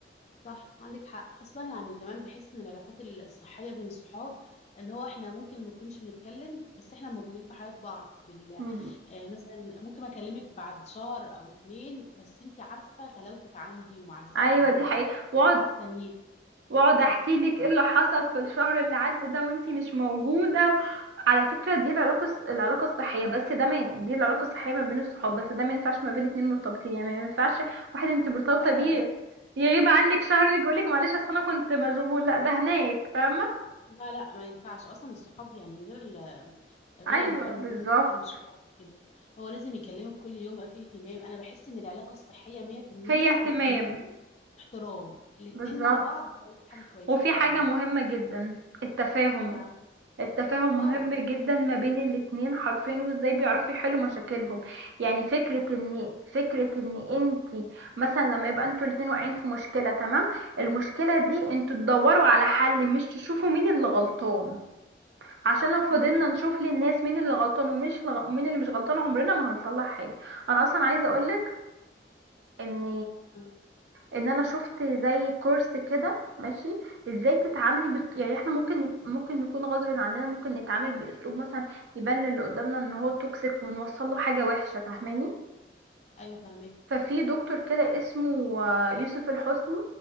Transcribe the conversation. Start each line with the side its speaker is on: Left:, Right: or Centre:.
Left: صح عندك حق اصلا يعني كمان بحس ان العلاقات الصحيه بين الصحاب ان هو احنا ممكن ما نكونش بنتكلم بس احنا موجودين في حياه بعض بال
Right: مم.
Left: آه مثلا ممكن اكلمك بعد شهر او اتنين بس انت عارفه غلاوتك عندي ومعزتك
Right: ايوه
Left: عندي
Right: دي حقيقة واقعد
Left: عكس التانيين
Right: واقعد
Left: اه
Right: احكي لك ايه اللي حصل في الشهر اللي عدى ده وانتي مش موجوده على فكره دي العلاقه الص- العلاقه الصحيه بس ده ما ين- دي العلاقه الصحيه ما بين الصحاب بس ده ما ينفعش ما بين اتنين مرتبطين يعني ما ينفعش واحد انت مرتبطه
Left: لا
Right: بيه
Left: لا لا
Right: يغيب عنك شهر يجي يقولك معلش اصل انا كنت مشغول لا ده هناك فاهمه
Left: لا لا ما ينفعش اصلا الصحاب يعني غير ال غير
Right: ايوه
Left: الم- المرتبطين
Right: بالظبط
Left: مش شريك حياتك كده هو لازم يكلمك كل يوم يبقى فيه اهتمام انا بحس ان العلاقه الصحيه 100%
Right: هي اهتمام
Left: اهتمام واحترام الاتنين
Right: بالظبط
Left: مع بعض بيطلعوا حاجة كويسة
Right: وفي حاجه
Left: يعني
Right: مهمه جدا التفاهم
Left: ايه بقى
Right: التفاهم
Left: اه
Right: مهم جدا ما بين الاتنين حرفين وازاي بيعرفوا
Left: صح
Right: يحلوا مشاكلهم يعني فكرة
Left: صح
Right: ان فكرة ان انت مثلا لما يبقى انتوا الاتنين واقعين في مشكلة تمام المشكلة دي انتوا تدوروا على حل مش تشوفوا مين اللي غلطان عشان
Left: صح
Right: لو فضلنا
Left: عندك حق
Right: نشوف للناس مين اللي غلطان ومش لغ... مين اللي مش غلطان عمرنا ما هنصلح حاجة انا اصلا عايزة
Left: عندك
Right: اقولك ان
Left: حق.
Right: ان انا شفت زي كورس كده ماشي ازاي تتعاملي بت... يعني احنا ممكن نت... ممكن نكون غصب عننا ممكن نتعامل باسلوب مثلا يبان للي قدامنا ان هو توكسيك ونوصل له حاجه وحشه فاهماني
Left: ايوه فهمك
Right: ففي دكتور كده اسمه آه، يوسف الحسني